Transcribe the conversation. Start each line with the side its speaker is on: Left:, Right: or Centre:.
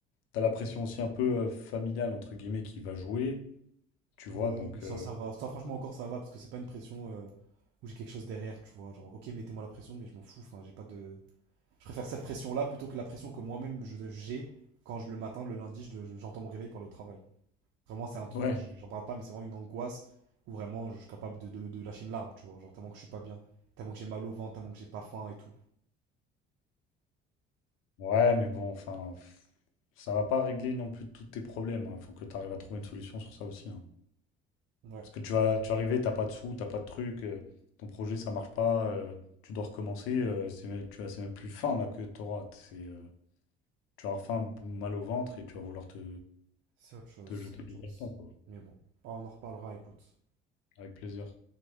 Left: Tu as la pression aussi un peu euh, familiale, entre guillemets, qui va jouer, tu vois,
Right: Ouais,
Left: donc...
Right: mais ça,
Left: euh,
Right: ça va. Ça, franchement, encore, ça va, parce que c'est pas une pression euh, où j'ai quelque chose derrière, tu vois. Genre, ok, mettez-moi la pression, mais je m'en fous, enfin, j'ai pas de... Je préfère cette pression-là plutôt que la pression que moi-même je- j'ai quand je, le matin, le lundi, je- je- j'entends mon réveil pour le travail. Vraiment, c'est un truc
Left: Ouais,
Right: que je- j'en parle pas, mais c'est vraiment une angoisse où vraiment je suis capable de, de- de lâcher une larme, tu vois. Genre tellement que je suis pas bien, tellement que j'ai mal au ventre, tellement que j'ai pas faim et tout.
Left: Ouais, mais bon, enfin, pff, ça va pas régler non plus tous tes problèmes. Il faut que tu arrives à trouver une solution sur ça aussi. hein.
Right: Ouais,
Left: Parce que tu vas, tu vas arriver, t'as pas de sous, t'as pas de truc, euh, ton projet ça marche pas, euh, tu dois recommencer. euh, c'est, même- tu as, c'est même plus faim là que t'auras. C'est, euh, tu vas avoir faim, bou- mal au ventre et tu vas vouloir te,
Right: c'est autre chose,
Left: te jeter
Right: c'est autre
Left: du balcon,
Right: chose.
Left: quoi.
Right: Mais bon, Ah, on en reparlera, écoute.
Left: Avec plaisir.